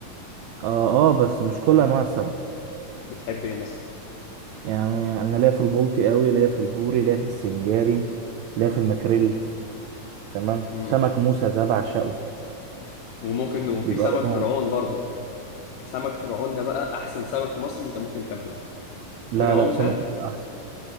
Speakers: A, on the right (about 70°); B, on the left (about 75°).
A: اه اه بس مش كل انواع السمك
B: بتحب ايه مثلا
A: يعني انا ليا في البلطي قوي ليا في البوري ليا في السنجاري ليا في الماكريل تمام
B: امم
A: سمك موسى ده بعشقه
B: وممكن وفي
A: بيبقى
B: سمك
A: لونه
B: فرعون برضو سمك فرعون ده بقى احسن سمك مصري انت ممكن تاكله
A: لا
B: فرعون
A: لا سمك
B: ده
A: مصر احسن